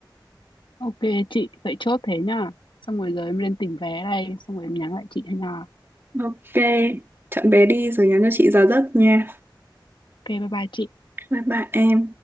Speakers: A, on the left (about 80°); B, on the right (about 30°).
A: Ok chị, vậy chốt thế nha. Xong rồi giờ em lên tìm vé đây, xong rồi em nhắn lại chị nha.
B: Ok, chọn bé đi rồi nhắn cho chị giờ giấc nha.
A: Ok, bye bye chị.
B: Bye bye em.